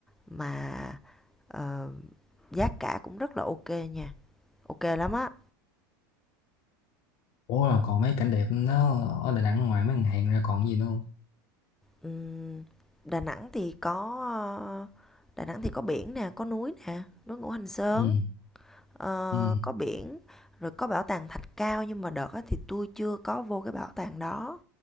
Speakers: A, in the centre; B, on the left.
A: mà ờ, giá cả cũng rất là ok nha, ok lắm á.
B: ủa là còn mấy cảnh đẹp nó ở Đà Nẵng ngoài mấy ngân hàng ra còn gì nữa không
A: Ừm, Đà Nẵng thì có ờ, Đà Nẵng thì có biển nè, có núi nè, núi Ngũ Hành Sơn
B: ừ
A: Ờ,
B: ừ
A: có biển rồi có bảo tàng Thạch Cao nhưng mà đợt á thì tôi chưa có vô cái bảo tàng đó